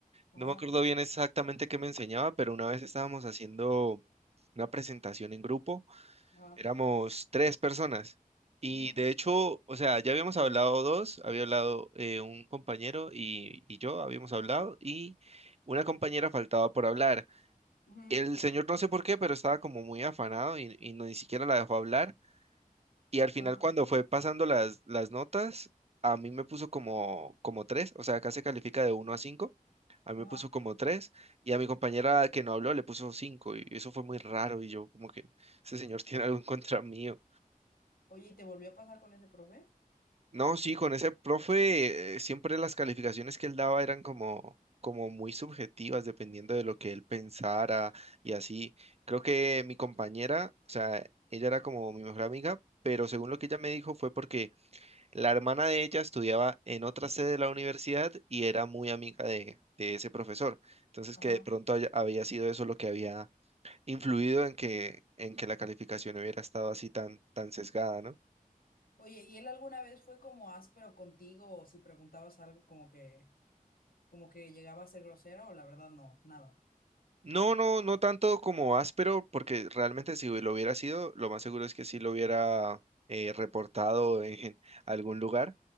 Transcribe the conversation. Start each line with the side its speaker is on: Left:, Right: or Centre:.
Left: Ajá,
Right: no me acuerdo bien exactamente qué me enseñaba, pero una vez estábamos haciendo una presentación en grupo,
Left: ajá,
Right: éramos tres personas. Y
Left: ujú,
Right: de hecho, o sea, ya habíamos hablado dos, había hablado eh, un compañero y, y yo habíamos hablado y una compañera faltaba por hablar.
Left: ujú,
Right: El señor no sé por qué, pero estaba como muy afanado y, y no, ni siquiera la dejó hablar. Y al final
Left: ajá,
Right: cuando fue pasando las, las notas, a mí me puso como, como tres, o sea, acá se califica de uno a cinco, a mí
Left: ajá.
Right: me puso como tres y a mi compañera que no habló le puso cinco y eso fue muy raro y yo como que ese señor <laughs> tiene algo en contra mío.
Left: Oye, ¿y te volvió a pasar con ese profe?
Right: No, sí, con ese profe, eh, siempre las calificaciones que él daba eran como, como muy subjetivas, dependiendo de lo que él pensara y así. Creo que mi compañera, o sea, ella era como mi mejor amiga, pero según lo que ella me dijo fue porque la hermana de ella estudiaba en otra sede de la universidad y era muy amiga de, de ese profesor. Entonces,
Left: Ajá.
Right: que de pronto haya- había sido eso lo que había influido en que, en que la calificación hubiera estado así tan, tan sesgada, ¿no?
Left: Oye, ¿y él alguna vez fue como áspero contigo o si preguntabas algo como que, como que llegaba a ser grosero o la verdad no, nada?
Right: No, no, no tanto como áspero, porque realmente si lo hubiera sido, lo más seguro es que sí lo hubiera eh, reportado en algún lugar,